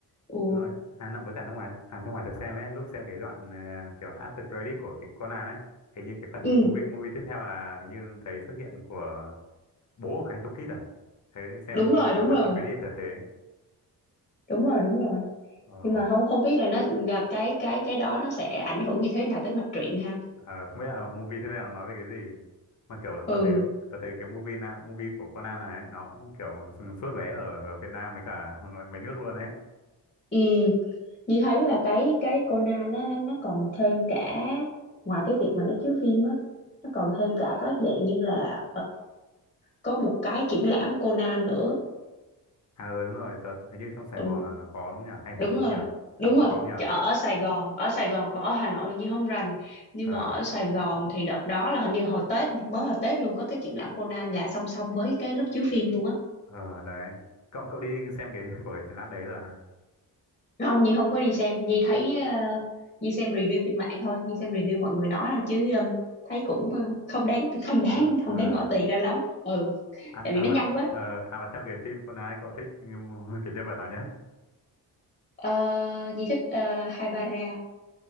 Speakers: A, on the left (about 20°); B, on the left (about 45°).
A: Ừ,
B: Đúng rồi. À năm- với cả năm ngoái à, năm ngoái tớ xem ấy, lúc xem cái đoạn ờ, kiểu after credit của cái Conan ấy, hình như cái phần
A: ừ,
B: movie movie tiếp theo là hình như thấy xuất hiện của bố của Kaito Kid à? Thế xem
A: đúng rồi,
B: cái
A: đúng
B: after
A: rồi.
B: credit là thế.
A: đúng rồi đúng rồi
B: Ờ
A: nhưng mà không không biết là nó là cái cái cái đó nó sẽ ảnh hưởng như thế nào tới mạch truyện ha
B: Ờ, không biết là movie tiếp theo nói về cái gì mà kiểu
A: Ừ,
B: tớ thấy tớ thấy cái movie nào movie của Conan này ấy, nó cũng kiểu sốt vé ở ở Việt Nam với cả <laughs> mấy nước luôn đấy
A: ừ như thấy là cái cái Conan nó nó nó còn thêm cả ngoài cái việc mà nó chiếu phim á nó còn thêm cả có dạng như là có một cái triển lãm Conan nữa
B: à ừ, đúng rồi tớ hình như trong Sài
A: ừ,
B: Gòn là nó có đúng nhỉ hay
A: đúng
B: Hà Nội
A: rồi
B: nhỉ Hà
A: đúng
B: Nội
A: rồi
B: có nhỉ
A: Chợ ở Sài Gòn ở Sài Gòn còn ở Hà Nội thì Nhi không rành nhưng
B: ờ
A: mà ở Sài Gòn thì đợt đó là hình như hồi Tết này, mới hồi Tết luôn có cái triển lãm Conan là song song với cái lúc chiếu phim luôn á
B: ờ đấy cậu cậu đi xem cái <laughs> của cái triển lãm đấy rồi à
A: không Nhi không có đi xem Nhi thấy ờ, Nhi xem review trên mạng thôi Nhi xem review mọi người nói thôi chứ ờ, thấy cũng ờ, không đáng không
B: ờ,
A: đáng
B: ờ.
A: không đáng bỏ tiền ra lắm ừ
B: à,
A: tại
B: à
A: vì nó
B: mà
A: nhanh quá
B: ờ, à mà trong cái phim Conan ấy, cậu thích <laughs> cái nhân vật nào nhất
A: Ờ, Nhi thích uh, Haibara